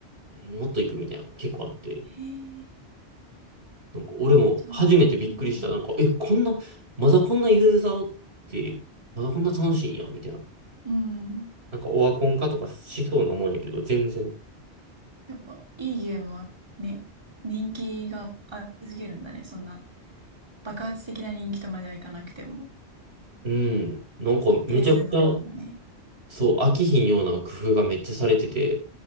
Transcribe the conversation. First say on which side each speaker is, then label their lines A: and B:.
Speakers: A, on the right (about 65°); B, on the right (about 25°).
A: もっといくみたいな、結構あって、
B: えー、
A: なんか俺も初めてびっくりした。
B: じゃあ、うん。
A: なんか、え、こんな、まだこんなユーザーおって、まだこんな楽しいんや、みたいな。
B: うん。
A: なんかオワコン化とかしそうなもんやけど、全然。
B: やっぱ、いいゲームはね、人気があり続けるんだね。そんな、爆発的な人気とまではいかなくても、
A: うん。なんかめちゃくちゃ、
B: 一定数のファンがね。
A: そう、飽きひんような工夫がめっちゃされてて、